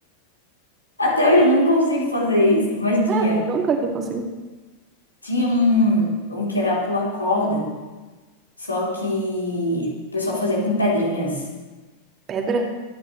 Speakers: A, on the left (about 85°); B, on the right (about 30°).
A: <laughs> até hoje eu não consigo fazer isso, mas tinha.
B: Ah, nunca que eu consegui.
A: Tinha um, um que era pular corda, só que o pessoal fazia com pedrinhas.
B: Pedra?